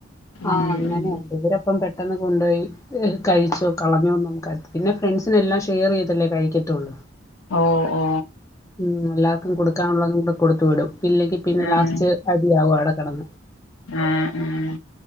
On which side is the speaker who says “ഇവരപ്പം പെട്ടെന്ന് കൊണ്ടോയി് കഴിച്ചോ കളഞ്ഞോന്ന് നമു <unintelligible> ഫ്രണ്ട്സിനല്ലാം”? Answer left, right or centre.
Left